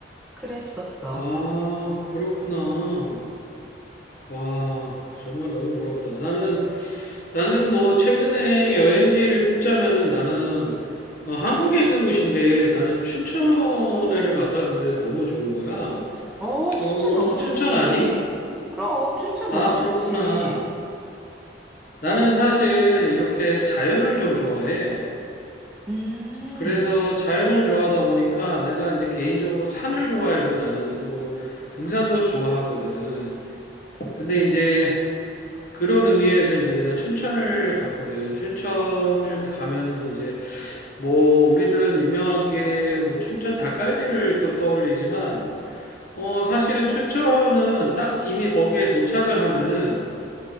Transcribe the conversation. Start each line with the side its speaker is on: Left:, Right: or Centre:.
Centre: 그랬었어.
Left: 아, 그렇구나. 와, 정말 너무 부럽다. 나는, 나는 뭐 최근에 여행지를 꼽자면은 나는 어, 한국에 있는 곳인데 나는 춘천에를 갔다 왔는데 너무 좋은 거야.
Centre: 어, 춘천
Left: 어,
Centre: 너무 좋지.
Left: 춘천 아니?
Centre: 그럼, 춘천
Left: 아,
Centre: 너무 좋지.
Left: 그렇구나. 나는 사실 이렇게 자연을 좀 좋아해.
Centre: 음.
Left: 그래서 자연을 좋아하다 보니까 내가 이제 개인적으로 산을 좋아해서 나는 또 등산도 좋아하거든. 근데 이제 그런 의미에서 이제 내가 춘천을 갔거든. 춘천을 다 가면은 이제 뭐 우리들은 유명한 게 뭐 춘천 닭갈비를 또 떠올리지만 어 사실은 춘천은 딱 이미 거기에 도착을 하면은